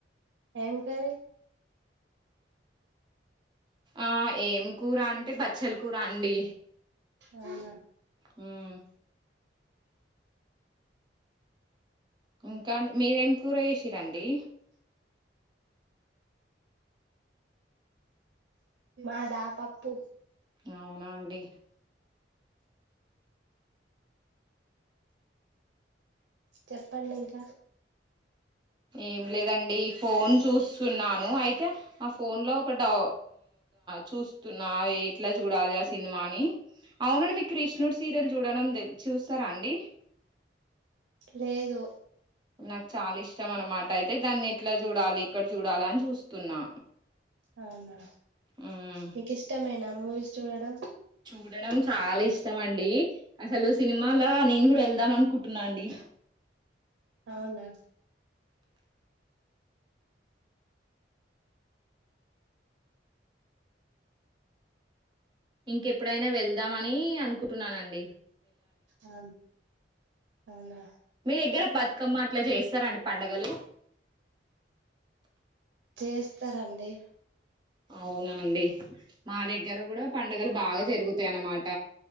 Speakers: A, on the right; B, on the right.
A: ఏమ్ కర్రీ
B: ఆ ఏం కూర అంటే బచ్చల కూర అండి
A: అవునా
B: మ్మ్ ఇంక అండి మీరేం కూర చేసిరండి
A: మాదా పప్పు
B: అవునా అండి
A: చెప్పండి ఇంకా
B: ఏం లేదండి ఇ ఫోన్ చూస్తున్నాను అయితే అ ఫోన్ లో ఒక డౌ చూస్తున్నా ఎట్లా చూడాలి ఆ సినిమాని అవునండి మీకు కృష్ణుడి సీరియల్ చూడడం తెల్ చూస్తరా అండి
A: లేదు
B: నాకు చాలా ఇష్టం అన్నమాట అయితే దాన్ని ఎట్లా చూడాలి ఎక్కడ చూడాలి అని చూస్తున్నా
A: అవునా
B: మ్మ్
A: మీకిష్టమేనా మూవీస్ చూడడం
B: చూడడం చాలా ఇష్టం అండి అసలు సినిమాల నేను గుడా ఎళ్దాం అనుకుంటున్న అండి
A: అవునా
B: ఇంకెప్పుడైనా వెళ్దామని అనుకుంటున్న అండి
A: ఆ అవునా
B: మీ దగ్గర బతుకమ్మ అట్లా చేస్తరండి పండగలు
A: చేస్తరండి
B: అవునా అండి మా దగ్గర కూడా పండుగలు బాగా జరుగుతాయ అన్నమాట